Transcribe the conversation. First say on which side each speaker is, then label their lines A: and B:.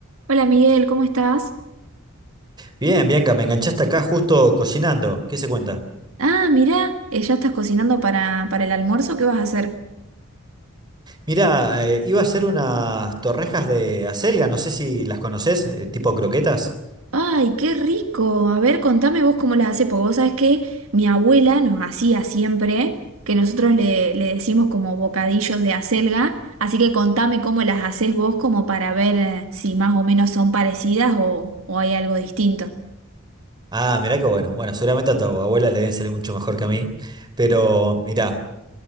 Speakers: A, on the right; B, on the right.
A: Hola Miguel, ¿cómo estás?
B: Bien, Bianca, me enganchaste acá justo cocinando. ¿Qué se cuenta?
A: Ah, mirá, eh, ya estás cocinando para, para el almuerzo, ¿qué vas a hacer?
B: Mira, iba a hacer unas torrejas de acelga, no sé si las conoces, eh, tipo croquetas.
A: ¡Ay, qué rico! A ver, contame vos cómo las haces, porque vos sabés que mi abuela nos hacía siempre, que nosotros le, le decimos como bocadillos de acelga, así que contame cómo las haces vos como para ver eh, si más o menos son parecidas o, o hay algo distinto.
B: Ah, mirá qué bueno. Bueno, seguramente a tu abuela le deben salir mucho mejor que a mí. Pero mirá,